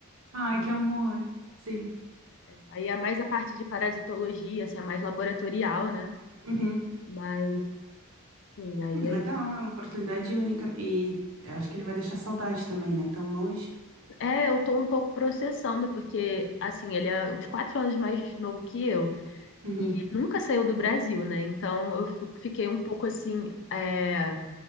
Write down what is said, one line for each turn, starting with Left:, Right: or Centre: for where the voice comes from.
Right: Ai,
Left: É,
Right: que amor. Sim.
Left: é. Aí é mais a parte de parasitologia, assim, é mais laboratorial, né?
Right: Uhum.
Left: Mas, sim, aí
Right: Hum, Que
Left: é isso.
Right: legal, é uma oportunidade única. E eu acho que ele vai deixar saudade também, né? Tão longe.
Left: É, eu tô um pouco processando, porque, assim, ele é uns quatro anos mais novo que eu,
Right: Uhum,
Left: e ele nunca saiu do Brasil, né? Então eu fi- fiquei um pouco assim, é,